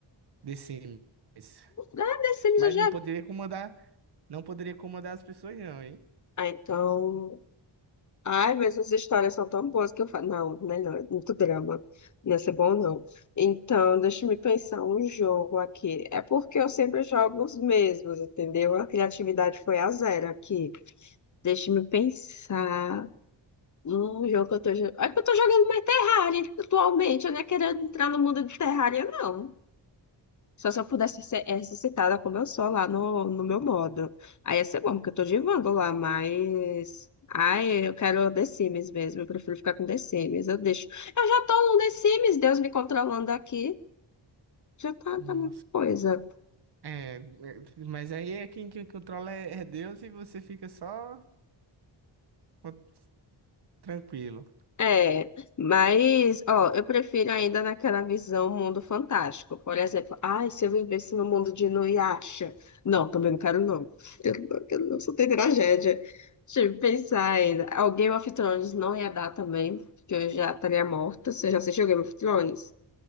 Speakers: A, on the right (about 60°); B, on the left (about 40°).
A: desse mês?
B: Ah, The Sims
A: Mas
B: eu já.
A: não poderia comandar, não poderia comandar as pessoas, não, hein?
B: Ah, então. Ai, mas as histórias são tão boas que eu falo. Não, melhor, é muito drama. Não ia ser bom, não. Então, deixa eu me pensar um jogo aqui. É porque eu sempre jogo os mesmos, entendeu? A criatividade foi a zero aqui. Deixa eu me pensar. Um jogo que eu tô jogando. É que eu tô jogando mais Terraria atualmente. Eu não é querendo entrar no mundo de Terraria, não. Só se eu pudesse ser ressuscitada como eu sou lá no, no meu modo. Aí ia ser bom, porque eu tô de Wanda lá, mas. Ai, eu quero The Sims mesmo. Eu prefiro ficar com The Sims. Eu deixo. Eu já tô no The Sims, Deus me controlando aqui. Já tá,
A: Nossa.
B: tá a mesma coisa.
A: É, é, mas aí é quem, quem controla é é Deus e você fica só co- tranquilo.
B: É, mas, ó, eu prefiro ainda naquela visão mundo fantástico. Por exemplo, ai, se eu vivesse no mundo de Inuyasha. Não, também não quero não. <laughs> Eu não, quero não, só tem tragédia. Deixa eu pensar ainda. Ó, Game of Thrones não ia dar também, porque eu já estaria morta. Você já assistiu Game of Thrones?